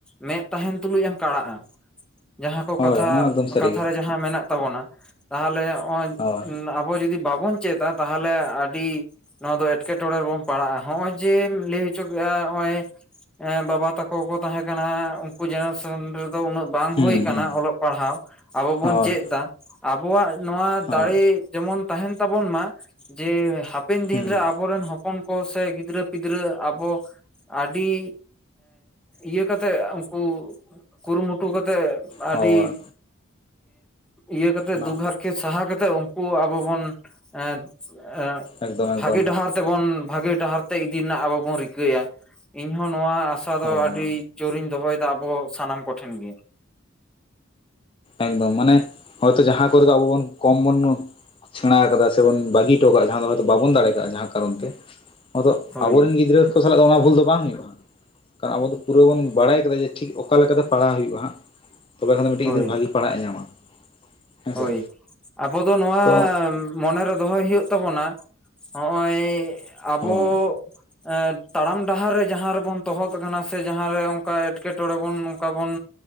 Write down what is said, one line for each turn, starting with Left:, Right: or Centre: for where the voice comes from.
Centre: ᱢᱮᱸᱫ ᱛᱟᱦᱮᱱ ᱛᱩᱞᱩᱡ ᱮᱢ ᱠᱟᱲᱟᱜᱼᱟ ᱡᱟᱦᱟᱸ ᱠᱚ
Left: ᱦᱳᱭ
Centre: ᱠᱟᱛᱷᱟ
Left: ᱦᱳᱭ ᱚᱱᱟ ᱢᱟ ᱮᱠᱫᱚᱢ ᱥᱟᱹᱨᱤᱜᱮ
Centre: ᱠᱟᱛᱷᱟ ᱨᱮ ᱡᱟᱦᱟᱸ ᱢᱮᱱᱟᱜ ᱛᱟᱵᱚᱱᱟ ᱛᱟᱦᱚᱞᱮ ᱱᱚᱜᱚᱭ
Left: ᱦᱳᱭ
Centre: ᱟᱵᱚ ᱡᱩᱫᱤ ᱵᱟᱵᱚᱱ ᱪᱮᱫᱟ ᱛᱟᱦᱚᱞᱮ ᱟᱹᱰᱤ ᱱᱚᱣᱟ ᱫᱚ ᱮᱴᱠᱮᱴᱚᱬᱮ ᱨᱮᱵᱚᱱ ᱯᱟᱲᱟᱜᱼᱟ ᱱᱚᱜᱼᱚᱭ ᱡᱮ ᱞᱟᱹᱭ ᱦᱚᱪᱚ ᱠᱮᱫᱼᱟ ᱱᱚᱜᱼᱚᱭ ᱵᱟᱵᱟ ᱛᱟᱠᱚ ᱠᱚ ᱛᱟᱦᱮᱸ ᱠᱟᱱᱟ ᱩᱱᱠᱩ ᱡᱮᱱᱟᱨᱮᱥᱚᱱ ᱨᱮᱫᱚ ᱩᱱᱟᱹᱜ ᱵᱟᱝ
Left: ᱦᱩᱸ
Centre: ᱦᱩᱭ ᱟᱠᱟᱱᱟ
Left: ᱦᱩᱸ
Centre: ᱚᱞᱚᱜ ᱯᱟᱲᱦᱟᱣ ᱟᱵᱚ ᱵᱚᱱ
Left: ᱦᱳᱭ
Centre: ᱪᱮᱫ ᱮᱫᱟ ᱟᱵᱚᱣᱟᱜ ᱱᱚᱣᱟ
Left: ᱦᱳᱭ
Centre: ᱫᱟᱲᱮ ᱡᱮᱢᱚᱱ ᱛᱟᱦᱮᱸᱱ ᱛᱟᱵᱚᱱ ᱢᱟ ᱡᱮ ᱦᱟᱯᱮᱱ ᱫᱤᱱᱨᱮ
Left: ᱦᱩᱸ
Centre: ᱟᱵᱚᱨᱮᱱ ᱦᱚᱯ ᱚᱱ ᱠᱚ ᱥᱮ ᱜᱤᱫᱽᱨᱟᱹ ᱯᱤᱫᱽᱨᱟᱹ ᱟᱵᱚ ᱟᱹᱰᱤ ᱤᱭᱟᱹ ᱠᱟᱛᱮᱫ ᱩᱱᱠᱩ ᱠᱩᱨᱩᱢᱩᱴᱩ ᱠᱟᱛᱮᱫ
Left: ᱦᱳᱭ
Centre: ᱟᱹᱰᱤ ᱤᱭᱟᱹ ᱠᱟᱛᱮ
Left: ᱚᱱᱟ
Centre: ᱫᱩᱠ ᱦᱟᱨᱠᱮᱛ ᱥᱟᱦᱟ ᱠᱟᱛᱮᱜ ᱩᱱᱠᱩ ᱟᱵᱚ ᱵᱚᱱ <unintelligible>
Left: ᱮᱠᱫᱚᱢ ᱮᱠᱫᱚᱢ
Centre: ᱵᱷᱟᱜᱤ ᱰᱟᱦᱟᱨ ᱛᱮᱵᱚᱱ ᱵᱷᱟᱹᱜᱤ ᱰᱟᱦᱟᱨ ᱛᱮ ᱤᱫᱤ ᱨᱮᱱᱟᱜ ᱟᱵᱚ ᱵᱚᱱ ᱨᱤᱠᱟᱹᱭᱟ ᱤᱧ ᱦᱚᱸ ᱱᱚᱣᱟ ᱟᱥᱟ ᱫᱚ
Left: ᱦᱳᱭ
Centre: ᱟᱹᱰᱤ ᱡᱳᱨ ᱤᱧ ᱫᱚᱦᱚᱭ ᱮᱫᱟ ᱟᱵᱚ ᱥᱟᱱᱟᱢ ᱠᱚᱴᱷᱮᱱ ᱜᱮ
Left: ᱮᱠᱫᱚᱢ ᱢᱟᱱᱮ ᱦᱚᱭ ᱛᱚ ᱡᱟᱦᱟᱸ ᱠᱚ ᱨᱮ ᱫᱚ ᱟᱵᱚ ᱵᱚᱱ ᱠᱚᱢ ᱵᱚᱱ ᱥᱮᱬᱟ ᱟᱠᱟᱫᱟ ᱥᱮᱵᱚᱱ ᱵᱟᱹᱜᱤ ᱦᱚᱴᱚ ᱠᱟᱜ-ᱟ ᱡᱟᱦᱟᱸ ᱫᱚ ᱦᱚᱭᱛᱚ ᱵᱟᱵᱚᱱ ᱫᱟᱲᱮ ᱠᱟᱜ-ᱟ ᱡᱟᱦᱟᱸ ᱠᱟᱨᱚᱱ ᱛᱮ ᱟᱫᱚ
Centre: ᱦᱳᱭ
Left: ᱟᱵᱚᱨᱮᱱ ᱜᱤᱫᱽᱨᱟᱹ ᱠᱚ ᱥᱟᱞᱟᱜ ᱫᱚ ᱚᱱᱟ ᱵᱷᱩᱞ ᱫᱚ ᱵᱟᱝ ᱦᱩᱭᱩᱜ-ᱟ ᱟᱵᱚ ᱫᱚ ᱯᱩᱨᱟᱹ ᱵᱚᱱ ᱵᱟᱲᱟᱭ ᱟᱠᱟᱫᱟ ᱡᱮ ᱴᱷᱤᱠ ᱚᱠᱟᱞ ᱞᱮᱠᱟᱛᱮ ᱯᱟᱲᱦᱟᱣ ᱦᱩᱭᱩᱜ-ᱟ ᱦᱟᱸᱜ ᱛᱚᱵᱮ ᱠᱷᱟᱱ ᱫᱚ ᱢᱤᱫᱮᱱ
Centre: ᱦᱳᱭ
Left: ᱜᱤᱫᱽᱨᱟᱹ ᱵᱷᱟᱹᱜᱮ ᱯᱟᱲᱦᱟᱜ ᱮ ᱧᱟᱢᱟ ᱦᱮᱸᱥᱮ
Centre: ᱦᱳᱭ ᱟᱵᱚ ᱫᱚ ᱱᱚᱣᱟ
Left: ᱛᱚ
Centre: ᱢᱚᱱᱮ ᱨᱮ ᱫᱚᱦᱚᱭ ᱦᱩᱭᱩᱜ ᱛᱟᱵᱚᱱᱟ ᱦᱚᱜᱚᱭ ᱟᱵᱚ
Left: ᱦᱳᱭ
Centre: ᱮ ᱛᱟᱲᱟᱢ ᱰᱟᱦᱟᱨ ᱨᱮ ᱡᱟᱦᱟᱸ ᱨᱮ ᱵᱚᱱ ᱛᱚᱦᱚᱫ ᱟᱠᱟᱱᱟ ᱥᱮ ᱡᱟᱦᱟᱸ ᱨᱮ ᱚᱱᱠᱟ ᱮᱸᱴᱠᱮᱴᱚᱬᱮ ᱵᱚᱱ ᱚᱱᱠᱟ ᱵᱚᱱ